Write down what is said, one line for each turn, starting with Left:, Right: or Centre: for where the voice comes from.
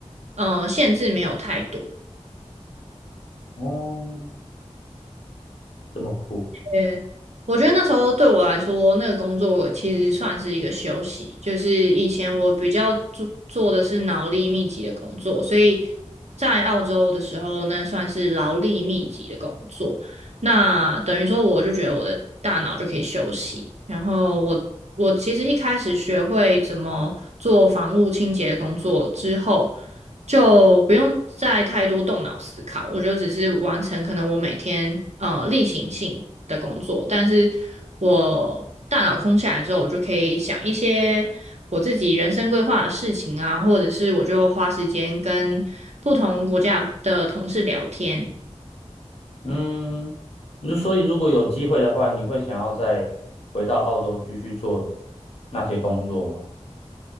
Right: 嗯、呃限制没有太多。
Left: 欢？哦，这么酷。
Right: 呃，我觉得那时候对我来说，那个工作其实算是一个休息。就是以前我比较做做的是脑力密集的工作，所以在澳洲的时候，那算是劳力密集的工作。那等于说，我就觉得我的大脑就可以休息。然后我我其实一开始学会怎么做房屋清洁的工作之后，就不用再太多动脑思考，我就只是完成可能我每天呃例行性。的工作，但是我大脑空下来之后，我就可以想一些我自己人生规划的事情啊，或者是我就花时间跟不同国家的同事聊天，
Left: 嗯，你就所以如果有机会的话，你会想要再回到澳洲继续做那些工作吗？